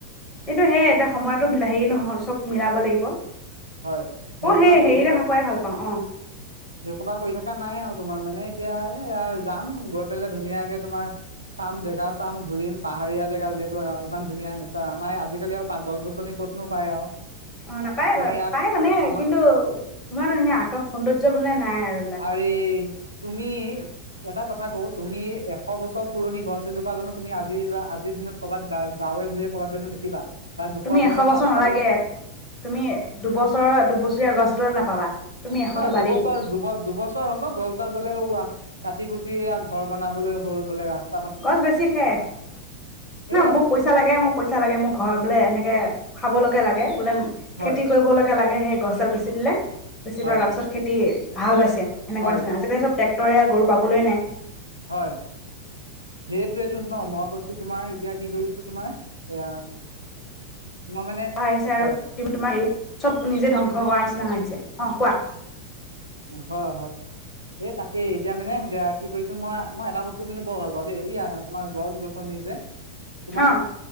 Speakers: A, on the left; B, on the right.
A: কিন্তু সেই এটা সময়ত এ নহল চব মিলাব লাগিব।
B: হয় সেই
A: অ'
B: সোপা কৰি
A: হেৰিতে
B: থাকা
A: ভাখুৱাই ভাল পাওঁ অ'
B: সেই সোপা কৰি থাকা নাই আৰু তোমাৰ মানে এতিয়া এইয়া যাম গৈ পেলাই ধুনীয়াকে তোমাৰ চাম জেগা চাম ঘুৰিম পাহাৰীয়া জেগা যিহেতু আৰু ইমান ধুনীয়া নেচাৰ এই আমাৰ আজিকালি আৰু পাত গছ- গছনি ক'তনো পায় আৰু।
A: অ, নাপ পায়-পায়
B: আমাৰ ইয়াত
A: মানে
B: আমাৰ
A: কিন্তু ইমান ধুনীয়া আকৌ সৌন্দৰ্য বোলে নাই আৰু এইবিলাক।
B: আৰে তুমি এটা কথা কওঁ তুমি এশ বছৰ পুৰণি গছ এজোপা জানো তুমি আজি -আজিৰ দিনত ক'বাত গা- গাঁৱে ভূঞে ক'বাত জানো দেখিবা? বা দুশ
A: তুমি এশ বছৰ
B: পাঁচশ
A: নালাগে, তুমি দুবছৰৰ দুবছৰীয়া গছ এডাল নাপাবা। তুমি এশটো
B: হয়
A: বাদেই
B: দুবছৰ
A: দিয়া
B: দুব দুবছৰ হব গছডাল বোলে ওৱা কাটি কুটিয়া ঘৰ বনাবলৈ হ'ল বোলে ৰাস্ত
A: গছ বেছি শে
B: সেইয়াই
A: না মোক পইচা লাগে, মোৰ পইচা লাগে মোৰ ঘৰ বোলে এনেকে খাবলৈকে লাগে। বোলে
B: হয়
A: খেতি কৰিবলকে লাগে। সেই গছডাল বেছি দিলে। বেছি
B: হয়
A: পৰা তাৰপিছত খেতি হাল বাইছে সেনেকুৱা
B: হয়
A: নিচিনা আজিকালি চব। ট্ৰেক্টৰে গৰু পাবলে নাই।
B: হয় সেইটোৱেটো ন, মই কৈছো তোমাৰ এতিয়া কি কৰিছো তোমাৰ এয়া মই মানে
A: আহিছে আৰু
B: হয়
A: তম তোমাৰ এই চব নিজে ধ্বংস কৰাৰ নিচিনা হৈ আহিছে। অ' কোৱা?
B: হয়-হয়-হয়। এই তাকেই এতিয়া মানে কি কৰিছো মই মই এটা বস্তু কিন্তু বৰ ভাল পাওঁ দেই এই তোমাৰ গছ গছনি যে, তোমাৰ
A: অ